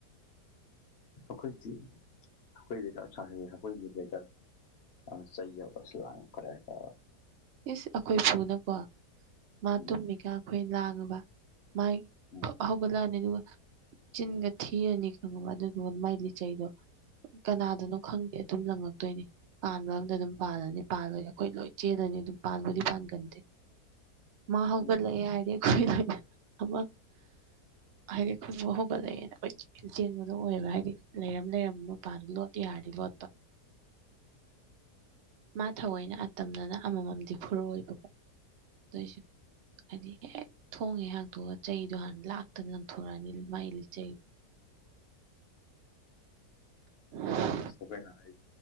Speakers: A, on the left; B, on the right.
A: ꯑꯈꯣꯏꯗꯤ <unintelligible>
B: ꯏꯁ ꯑꯈꯣꯏ ꯐꯨꯅꯀꯣ ꯃꯥ
A: ꯎꯝ
B: ꯇꯨꯝꯃꯤꯀꯥꯟ ꯑꯈꯣꯏ ꯂꯥꯡꯉꯕ ꯃꯥꯏ
A: ꯎꯝ
B: ꯐꯨꯛ ꯍꯧꯒꯠꯂꯛꯑꯥꯅꯤ ꯑꯗꯨꯒ ꯆꯤꯟꯒ ꯊꯤꯔꯅꯤ ꯈꯪꯉꯕ ꯑꯗꯨꯗꯨꯒ ꯃꯥꯏ ꯂꯤꯆꯩꯗꯣ ꯀꯅꯥꯗꯅꯣ ꯈꯪꯗꯦ ꯑꯗꯨꯝ ꯂꯪꯉꯛꯇꯣꯏꯅꯤ ꯄꯥꯟꯕ ꯑꯝꯗ ꯑꯗꯨꯝ ꯄꯥꯜꯂꯅꯤ ꯄꯥꯜꯂꯣꯏ ꯑꯈꯣꯏ ꯂꯣꯏ ꯆꯦꯜꯂꯅꯤ ꯑꯗꯨꯝ ꯄꯥꯟꯕꯨꯗꯤ ꯄꯥꯟꯒꯟꯗꯦ ꯃꯥ ꯍꯧꯒꯠꯂꯛꯑꯦ
A: ꯎꯝ
B: ꯍꯥꯏꯔꯗꯤ ꯑꯈꯣꯏ ꯂꯣꯏꯅ ꯑꯃ ꯍꯥꯏꯗꯤ ꯈꯣꯏꯕꯨ ꯍꯧꯒꯠꯂꯛꯑꯦꯅ ꯀꯣꯏꯆꯦꯟ ꯆꯦꯟꯕꯗꯣ ꯑꯣꯏꯌꯦꯕ ꯍꯥꯏꯗꯤ ꯂꯩꯔꯝ ꯂꯩꯔꯝꯕ ꯃꯄꯗꯣ ꯂꯣꯠꯄ ꯌꯥꯔꯗꯤ ꯂꯣꯠꯄ
A: <inaudible>
B: ꯃꯥ ꯊꯑꯣꯏꯅ ꯑꯇꯝꯅꯅ ꯑꯃꯃꯝꯗꯤ ꯐꯨꯔꯛꯑꯣꯏꯕꯀꯣ ꯑꯗꯣꯏꯖꯨ ꯍꯥꯏꯗꯤ ꯍꯦꯛ ꯊꯣꯡ ꯍꯦꯛ ꯍꯥꯡꯇꯣꯛꯑꯥ ꯆꯩꯗꯣ ꯍꯥꯟꯅ ꯂꯥꯛꯇꯅ ꯂꯪꯊꯣꯔꯛꯑꯥꯅꯤ ꯃꯥꯏ ꯂꯤꯆꯩ <inaudible>
A: ꯑꯁ ꯑꯈꯣꯏ ꯅꯍꯩ